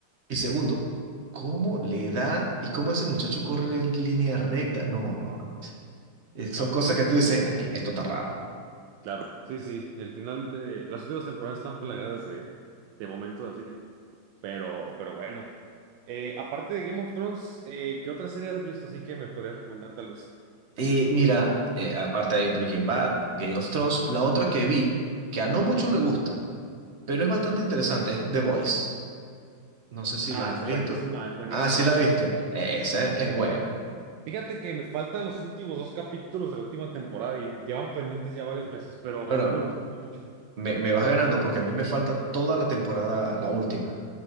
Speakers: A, on the right; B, on the right.
A: Y segundo,
B: sí,
A: ¿cómo le da y cómo ese muchacho corre en línea recta? No, no. Eh, Son
B: no,
A: cosas
B: pues no.
A: que tú dices, aquí, esto está raro.
B: Claro, sí, sí. El final de las últimas temporadas están plagadas de, de momentos así, pero, pero bueno. Eh, aparte de Game of Thrones, eh, ¿qué otra serie has visto así que me podrías recomendar tal vez?
A: Y mira, eh, aparte de Breaking Bad, Game of Thrones, la otra que vi, que a no muchos le gusta, pero es bastante interesante, es The Voice. No sé si la
B: Ah,
A: has visto.
B: es buenísima,
A: la-
B: es buenísima.
A: Ah, sí la viste. Eh, esa es buena.
B: Fíjate que me faltan los últimos dos capítulos de la última temporada y llevan pendientes ya varios meses, pero
A: Bueno,
B: a mí me gustó mucho.
A: me, me vas ganando porque a mí me falta toda la temporada, la última.